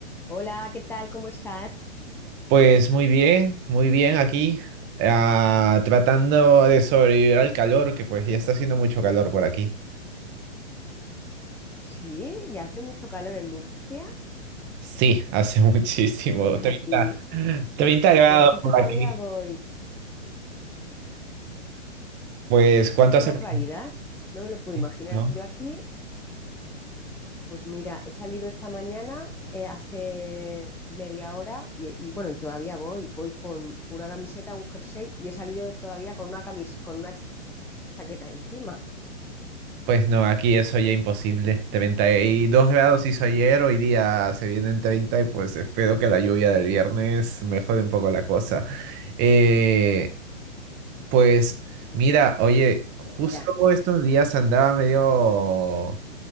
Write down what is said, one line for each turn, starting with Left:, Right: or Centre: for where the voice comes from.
Centre: Hola, ¿qué tal? ¿Cómo estás?
Right: Pues muy bien, muy bien aquí, ah, tratando de sobrevivir al calor, que pues ya está haciendo mucho calor por aquí.
Centre: Sí, ya hace mucho calor en Murcia.
Right: Sí, hace <laughs> muchísimo,
Centre: Pues
Right: treinta
Centre: aquí,
Right: treinta grados
Centre: yo aquí todavía
Right: por aquí.
Centre: voy.
Right: Pues ¿cuánto
Centre: ¡Qué
Right: hace
Centre: barbaridad!
Right: por
Centre: No me lo puedo
Right: aquí?
Centre: imaginar.
Right: ¿No?
Centre: Yo aquí, pues mira, he salido esta mañana eh, hace media hora y, y bueno, y todavía voy. Voy con una camiseta, un jersey y he salido todavía con una camis- con una cha- chaqueta encima.
Right: Pues no, aquí eso ya imposible. 32 grados hizo ayer, hoy día se vienen 30 y pues espero que la lluvia del viernes mejore un poco la cosa. Eh, Pues mira, oye, justo
Centre: Mira, Pues
Right: estos días andaba medio